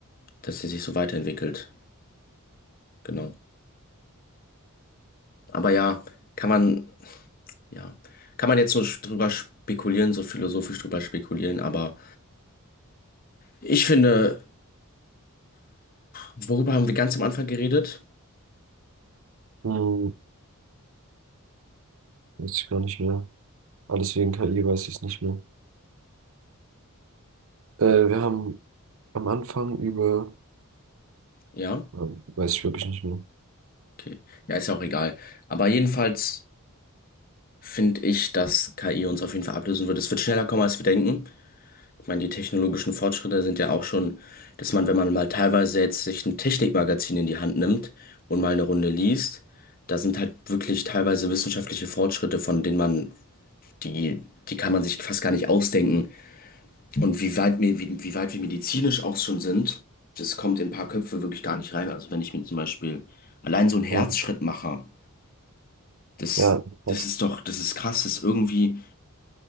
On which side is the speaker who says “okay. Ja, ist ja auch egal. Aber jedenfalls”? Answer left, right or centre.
Left